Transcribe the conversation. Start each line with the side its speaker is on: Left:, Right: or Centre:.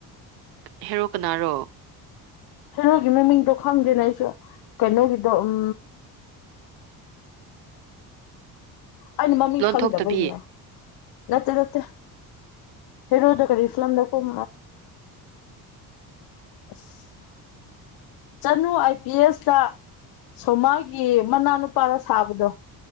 Right: ꯍꯦꯔꯣ ꯀꯅꯥꯔꯣ
Left: ꯍꯦꯔꯣꯒꯤ ꯃꯃꯤꯡꯗꯣ ꯈꯪꯗꯦꯅꯦ ꯑꯩꯁꯨ ꯀꯩꯅꯣꯒꯤꯗꯣ ꯎꯝ ꯑꯩꯅ ꯃꯃꯤꯡ
Right: ꯂꯣꯟꯊꯣꯛꯇꯕꯤ
Left: ꯈꯪꯗꯕꯒꯤꯅꯦ ꯅꯠꯇꯦ ꯅꯠꯇꯦ ꯍꯦꯔꯣꯗ ꯀꯔꯤ ꯐꯤꯂꯝꯗ ꯀꯨꯝ <inaudible> ꯆꯥꯅꯨ ꯑꯥꯏ ꯄꯤ ꯑꯦꯁꯇ ꯁꯣꯃꯥꯒꯤ ꯃꯅꯥꯅꯨꯄꯥꯔ ꯁꯥꯕꯗꯣ